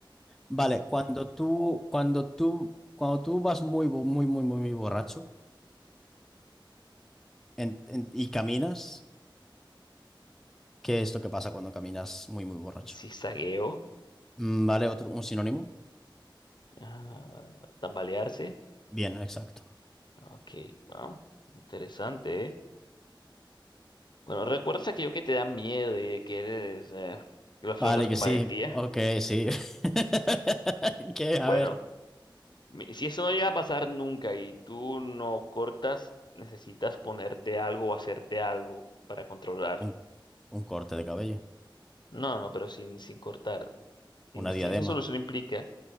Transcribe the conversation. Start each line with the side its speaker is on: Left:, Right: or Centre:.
Centre: Vale, cuando tú, cuando tú, cuando tú vas muy, bo- muy, muy, muy, muy borracho en- en- y caminas, ¿qué es lo que pasa cuando caminas muy, muy borracho?
Left: Zigzagueo,
Centre: Mm, Vale, otro, un sinónimo.
Left: ah, tambalearse.
Centre: Bien, exacto.
Left: Ok, wow, interesante, ¿eh? Bueno, ¿recuerdas aquello que te da miedo y de que eres, eh, que lo afrontas
Centre: Vale, que
Left: con
Centre: sí.
Left: valentía?
Centre: Ok, sí. <laughs> ¿Qué? A
Left: Bueno,
Centre: ver.
Left: mi- si eso no llega a pasar nunca y tú no cortas, necesitas ponerte algo o hacerte algo para controlar.
Centre: Un, un corte de cabello.
Left: No, no, pero sin, sin cortar. Investi-
Centre: Una diadema.
Left: Esa solución implica,